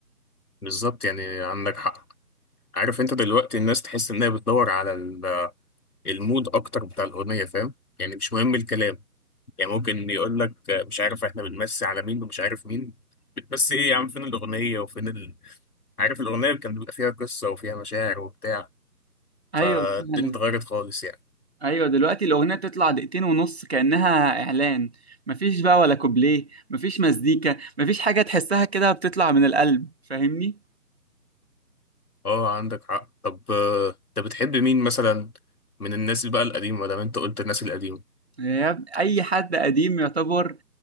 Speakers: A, on the left (about 65°); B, on the right (about 40°).
A: بالظبط يعني عندك حق عارف انت دلوقتي الناس تحس انها بتدور على ال- المود اكتر بتاع الأغنية فاهم يعني مش مهم الكلام يعني ممكن يقول لك مش عارف احنا بنمسي على مين ومش عارف مين بتمسي ايه يا عم فين الأغنية وفين ال... عارف الأغنية كان بيبقى فيها قصة وفيها مشاعر وبتاع
B: أيوة
A: فالدنيا
B: فعلا
A: اتغيرت خالص يعني
B: ايوه دلوقتي الاغنيه تطلع دقيقتين ونص كانها اعلان مفيش بقى ولا كوبليه مفيش مزيكا مفيش حاجه تحسها كده بتطلع من القلب فاهمني
A: اه عندك حق طب آه، انت بتحب مين مثلا من الناس اللي بقى القديمة ده انت قلت الناس القديمة
B: يا- اي حد قديم يعتبر